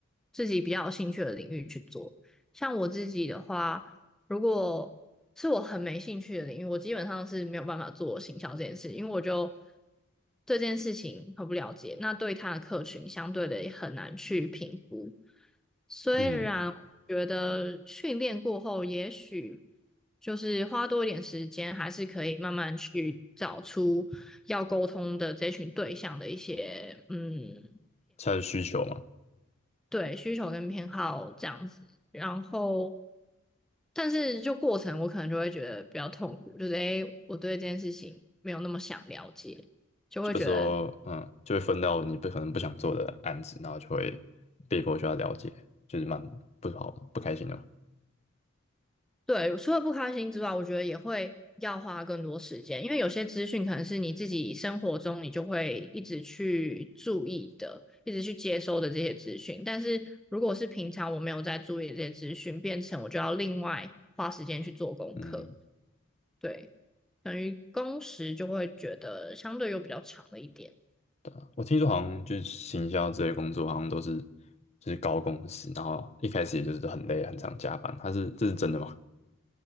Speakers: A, in the centre; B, on the left (about 30°).
A: 自己比较有兴趣的领域去做。像我自己的话。如果是我很没兴趣的领域，我基本上是没有办法做行销这件事，因为我就对这件事情很不了解，那对他的客群相对的也很难去评估。虽然我觉得训练过后，
B: 嗯，
A: 也许就是花多一点时间，还是可以慢慢去找出要沟通的这群对象的一些嗯
B: 它的需求嘛，
A: 对需求跟偏好这样子，然后，但是就过程我可能就会觉得比较痛苦，就是诶，我对这件事情没有那么想了解，就会觉得
B: 有时候嗯就会分到你不可能不想做的案子，然后就会被迫需要了解，就是蛮不好不开心的嘛。
A: 对，除了不开心之外，我觉得也会要花更多时间，因为有些资讯可能是你自己生活中你就会一直去注意的，一直去接收的这些资讯，但是如果是平常我没有在注意这些资讯，变成我就要另外花时间去做功课。
B: 嗯，
A: 对，等于工时就会觉得相对又比较长了一点。
B: 对啊，我听说好像就是行销这类工作，好像都是就是高工资，然后一开始也就是很累，很常加班，他是这是真的吗？